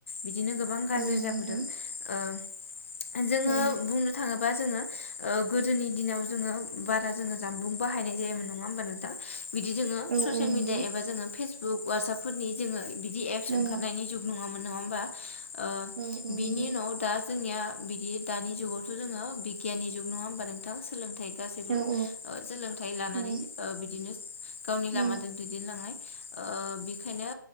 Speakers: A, on the left (about 40°); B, on the right (about 30°).
A: बिदिनो गोबां गाज्रि
B: औ नंगौ
A: जाबोदों
B: नोंथां
A: ओ जोङो
B: औ
A: बुंनो थाङोब्ला जोङो ओ गोदोनि दिनाव जोङो बारा जोङो जानबुं बाहायनाय जायोमोन नङा होमबा नोंथां बिदि जोङो
B: औ
A: ससियेल
B: औ नंगौ
A: मिडिया एबा जोङो फेसबुक बुक ववाट्सपफोरनि जोङो बिदि एपस ओंखारनायनि
B: औ
A: जुग नङामोन नङा होमबा ओ
B: औ औ
A: बिनि
B: नंगौ
A: उनाव दा जोंनिया बिदि दानि जुगावथ' जोङो बिगियाननि जुग नङा होमबा नोंथाङा सोलोंथाइ गासैबो
B: औ औ
A: सोलोंथाइ लानानै
B: औ
A: ओ बिदिनो गावनि
B: औ
A: लामाजों दैदेनलांनाय ओ बेखायनो